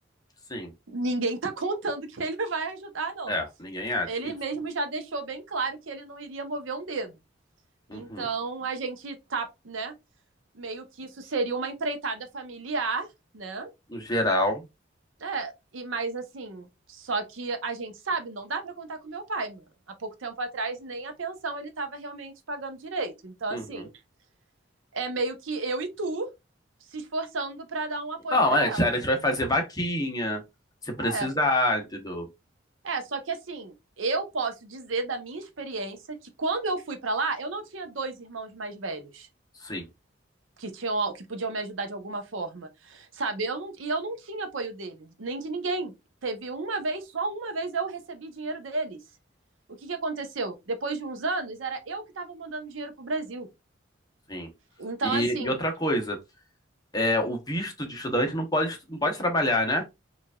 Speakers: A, on the left; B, on the right.
A: Sim.
B: ninguém tá contando que ele vai ajudar, não.
A: É, ninguém acha
B: Ele
A: que isso.
B: mesmo já deixou bem claro que ele não iria mover um dedo. Então
A: Uhum.
B: a gente tá, né? Meio que isso seria uma empreitada familiar, né?
A: No geral.
B: É, e mais assim, só que a gente sabe, não dá para contar com meu pai, mano. Há pouco tempo atrás, nem a pensão ele tava realmente pagando direito. Então,
A: Uhum.
B: assim, é meio que eu e tu se esforçando para dar um apoio
A: Não,
B: para
A: é, a
B: ela,
A: gente
B: né?
A: vai fazer vaquinha, se precisar,
B: É,
A: entendeu?
B: É, só que assim, eu posso dizer da minha experiência que quando eu fui pra lá, eu não tinha dois irmãos mais velhos
A: Sim,
B: que tinham que podiam me ajudar de alguma forma, sabe? Eu não, e eu não tinha apoio dele, nem de ninguém. Teve uma vez, só uma vez eu recebi dinheiro deles. O que, que aconteceu? Depois de uns anos, era eu que estava mandando dinheiro pro Brasil.
A: sim.
B: Então,
A: E,
B: assim,
A: e outra coisa, é, o visto de estudante não pode, não pode trabalhar, né?